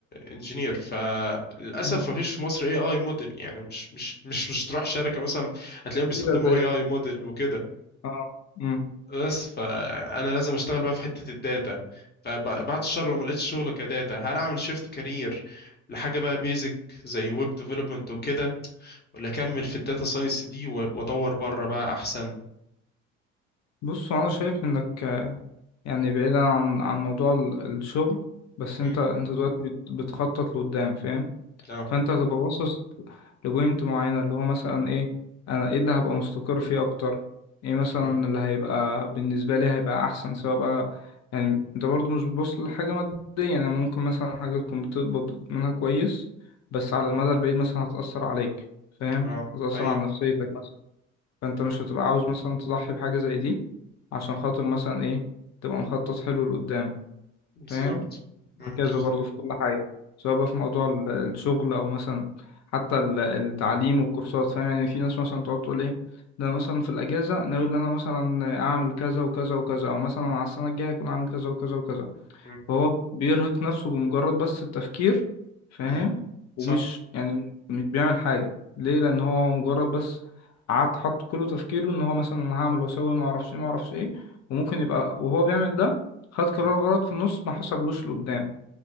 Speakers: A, on the left; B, on the left.
A: انجينير فللاسف
B: مم.
A: ما فيش في مصر اي اي موديل يعني مش مش مش مش تروح شركة مثلا هتلاقيهم بيستخدموا
B: كتيرة زي
A: اي اي موديل وكده
B: اه مم.
A: بس فانا لازم اشتغل بقى في حته الداتا فبعد الشهر لو ما لقيتش شغل كداتا هل اعمل شيفت كارير لحاجه بقى بيزك زي ويب ديفلوبمنت وكده ولا اكمل في الداتا ساينس دي و- وادور بره بقى احسن
B: بص هو انا شايف انك آه، يعني بعيدا عن عن موضوع ال- الشغل بس
A: امم
B: انت انت دلوقتي بت- بتخطط لقدام فاهم
A: اه
B: فانت هتبقى باصص لبوينت معينة اللي هو مثلا ايه انا ايه اللي هبقى مستقر فيه اكتر ايه مثلا
A: امم
B: اللي هيبقى بالنسبة لي هيبقى احسن سواء بقى يعني انت برضو مش بتبص لحاجة مادية يعني ممكن مثلا حاجة تكون بتقبض منها كويس بس على
A: أمم.
B: المدى البعيد مثلا هتأثر عليك فاهم
A: اه
B: هتأثر
A: ايوه
B: على نفسيتك مثلا فانت
A: امم
B: مش هتبقى عاوز مثلا تضحي بحاجة زي دي عشان
A: أمم.
B: خاطر مثلا ايه تبقى مخطط حلو لقدام
A: بالظبط
B: فاهم
A: امم
B: وهكذا
A: أخ-
B: برضه في كل حاجة سواء بقى في موضوع ال- الشغل أو مثلا حتى ال- التعليم والكورسات فاهم يعني في ناس مثلا تقعد تقول إيه ده أنا مثلا في الأجازة ناوي إن أنا مثلا أعمل كذا وكذا وكذا أو مثلا على السنة الجاية أكون عامل كذا وكذا وكذا
A: أمم.
B: فهو بيرهق نفسه بمجرد بس التفكير فاهم
A: أمم.
B: ومش
A: صح
B: يعني مش بيعمل حاجة ليه لأن هو هو مجرد بس قعد حط كله تفكيره إن هو مثلا أنا هعمل وأسوي معرفش إيه معرفش إيه وممكن يبقى وهو بيعمل ده خد قرار
A: امم
B: غلط في النص ما حسبلوش لقدام